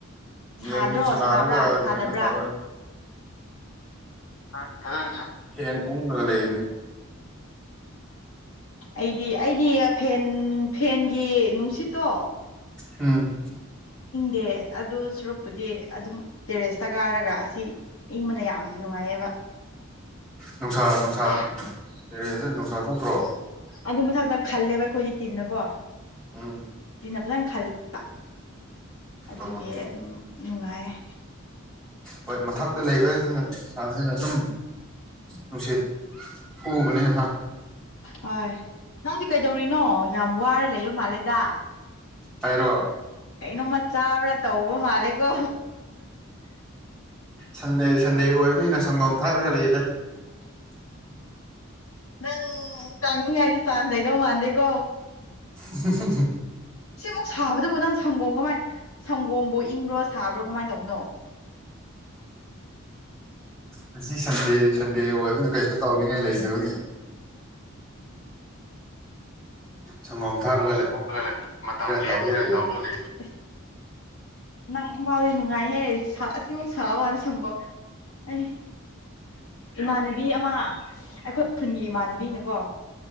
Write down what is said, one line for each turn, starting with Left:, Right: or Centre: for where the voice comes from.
Centre: ꯒꯦꯝ
Left: ꯁꯥꯗ꯭ꯔꯣ
Centre: ꯁꯥꯟꯅꯔꯥꯒꯥ
Left: ꯁꯥꯕ꯭ꯔꯥ
Centre: ꯀꯩꯀꯩꯅꯣ
Left: ꯁꯥꯗꯕ꯭ꯔꯥ
Centre: ꯇꯧꯔꯒꯔ
Left: <unintelligible> ꯑꯣ
Centre: ꯐꯦꯟ ꯎꯪꯂꯒ ꯂꯩꯕꯅꯤ
Left: ꯑꯩꯗꯤ ꯑꯩꯗꯤ ꯐꯦꯟ ꯐꯦꯟꯒꯤ ꯅꯨꯡꯁꯤꯠꯇꯣ
Centre: ꯎꯝ
Left: ꯌꯦ ꯑꯗꯨ ꯁꯨꯔꯨꯛꯄꯨꯗꯤ ꯑꯗꯨꯝ ꯇꯦꯔꯦꯁꯇ ꯀꯥꯔꯒ ꯑꯁꯤ ꯏꯪꯕꯅ ꯌꯥꯝ ꯅꯨꯡꯉꯥꯏꯌꯦꯕ
Centre: ꯅꯨꯡꯁꯥ ꯅꯨꯡꯁꯥ
Left: <inaudible>
Centre: ꯎꯝ ꯇꯦꯔꯦꯁꯇ ꯅꯨꯡꯁꯥ ꯊꯣꯛꯇ꯭ꯔꯣ
Left: ꯑꯗꯣ ꯃꯊꯛ ꯇ ꯈꯜꯂꯦꯕ ꯑꯈꯣꯏꯗꯤ ꯇꯤꯟꯅ ꯀꯣ
Centre: ꯎꯝ
Left: ꯅ ꯐꯖꯟ ꯈꯜꯂꯒ ꯑꯗꯨꯒꯤ
Centre: ꯑꯣ
Left: ꯑꯗꯨꯝ ꯅꯨꯡꯉꯥꯏꯌꯦ <inaudible> <unintelligible>
Centre: ꯍꯣꯏ ꯃꯊꯛꯇ ꯂꯩꯕꯗꯨꯅ ꯁꯥꯕꯅꯤꯅ ꯑꯗꯨꯝ ꯅꯨꯡꯁꯤꯠ ꯐꯨꯕꯅꯦ ꯍꯥ
Left: ꯍꯣꯏ ꯅꯪꯗꯤ ꯀꯩꯗꯧꯔꯤꯅꯣ ꯌꯥꯝ ꯋꯥꯔ ꯂꯩꯕ ꯃꯥꯂꯦꯗ
Centre: ꯍꯥꯏꯔꯣ
Left: ꯀꯩꯅꯣꯝꯃ ꯆꯥꯕ꯭ꯔꯥ ꯇꯧꯕ ꯃꯥꯜꯂꯦꯀꯣ
Centre: ꯁꯟꯗꯦ ꯁꯟꯗꯦ ꯑꯣꯏꯕꯅꯤꯅ ꯁꯪꯒꯣꯝ ꯈꯥꯛꯂꯒ ꯂꯩꯌꯦꯗ <unintelligible>
Left: ꯅꯪ ꯀꯥꯡꯅꯤꯡꯉꯥꯏꯗꯤ ꯆꯥꯟꯁ ꯂꯩꯗꯧ ꯃꯥꯟꯗꯦꯀꯣ
Centre: <unintelligible>
Left: ꯁꯤꯃꯨꯛ ꯁꯥꯕꯗꯨꯕꯨ ꯅꯪ ꯁꯪꯒꯣꯝ ꯀꯃꯥꯏ ꯁꯪꯒꯣꯝ ꯍꯣ ꯏꯪꯕ꯭ꯔꯣ ꯁꯥꯕ꯭ꯔꯣ ꯀꯃꯥꯏ ꯇꯧꯕꯅꯣ
Centre: ꯉꯁꯤ ꯁꯟꯗꯦ ꯁꯟꯗꯦ ꯑꯣꯏꯕꯅ ꯀꯩꯁꯨ ꯇꯧꯅꯤꯉꯥꯏ ꯂꯩꯇꯕꯒꯤ ꯁꯪꯒꯣꯝ ꯊꯥꯛꯔꯒ ꯂꯩ
Left: <inaudible> ꯃꯇꯝ ꯂꯦꯟꯁꯤꯔ
Centre: ꯇꯧꯔꯒ ꯂꯩꯕꯅꯤ
Left: ꯇꯧꯂꯩ ꯏ꯭ꯁ ꯅꯪ ꯕꯥꯎꯗꯤ ꯅꯨꯡꯉꯥꯏꯍꯦ ꯁꯥ ꯑꯁꯤꯃꯨꯛ ꯁꯥꯕꯀꯥꯟ ꯁꯪꯒꯣꯝ ꯎꯝ ꯏꯃꯥꯟꯅꯕꯤ ꯑꯃ ꯑꯩꯈꯣꯏ ꯈꯨꯟꯒꯤ ꯏꯃꯥꯟꯅꯕꯤꯅꯀꯣ